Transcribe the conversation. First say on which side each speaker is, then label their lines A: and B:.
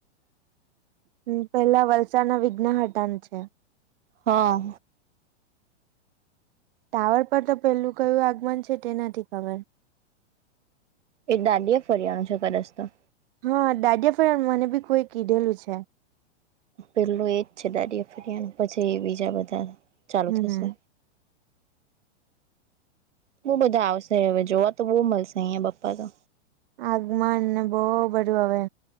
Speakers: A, on the right; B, on the right.
A: હ પેલા વલસાડ ના વિઘ્નહટાનુ છે
B: હા
A: ટાવર પર તો પેલું કયું આગમન છે તે નથી ખબર
B: એ દાડી એ ફરિયાનું છે કદાચ તો
A: હા દાડીયા ફડિયા નુ મને ભી કોઈ કીધેલું છે
B: પેલું એજ છે દાડી ફળિયા પછી એ બીજા બધા ચાલુ
A: હમ
B: થશે બો બધા આવશે હવે જોવા તો બહુ મળશે અહિયાયા બપ્પા તો
A: આગમનને બો બધું હવે